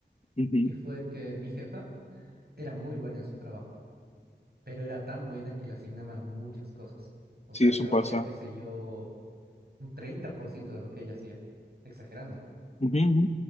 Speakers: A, on the left; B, on the right.
A: Ujú,
B: y fue que mi jefa era muy buena en su trabajo. pero era tan buena que le asignaban muchas cosas. O
A: Sí,
B: sea,
A: eso
B: yo
A: pasa.
B: hacía, qué sé yo, un 30% de lo que ella hacía, exagerando.
A: Ujú, ujú.